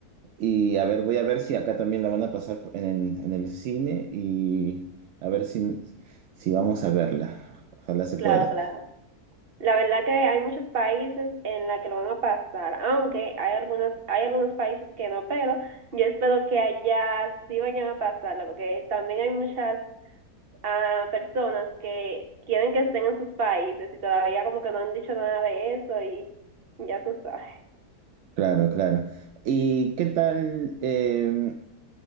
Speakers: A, on the right; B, on the right.
A: y a ver, voy a ver si acá también la van a pasar en, en el cine y a ver si si vamos a verla. Ojalá se
B: Claro,
A: pueda.
B: claro. La verdad que hay muchos países en la que lo van a pasar, aunque hay algunos, hay algunos países que no, pero yo espero que allá sí vayan a pasarlo, porque también hay muchas ah, personas que quieren que estén en sus países y todavía como que no han dicho nada de eso y ya tú sabes.
A: Claro, claro. ¿Y qué tal em,